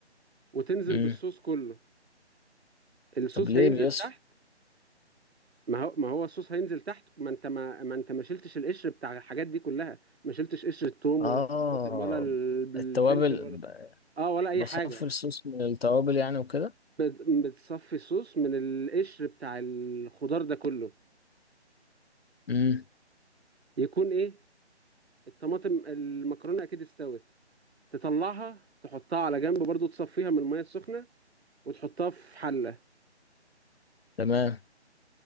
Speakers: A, on the right; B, on the left.
A: وتنزل
B: مم.
A: بالصوص كله الصوص
B: طب ليه
A: هينزل
B: بيصفى؟
A: تحت ما هو ما هو الصوص هينزل تحت ما انت ما, ما انت ما شلتش القشر بتاع الحاجات دي كلها ما شلتش قشر الثوم
B: آه
A: ولا الطماطم ولا ال- الفلفل
B: التوابل
A: ولا
B: ب-
A: اه ولا اي
B: بصفي
A: حاجة
B: الصوص من التوابل يعني وكده
A: بت- بتصفي الصوص من القشر بتاع الخضار ده كله
B: مم.
A: يكون ايه الطماطم المكرونه اكيد استوت تطلعها تحطها على جنب برضو تصفيها من الميه السخنه وتحطها في حله
B: تمام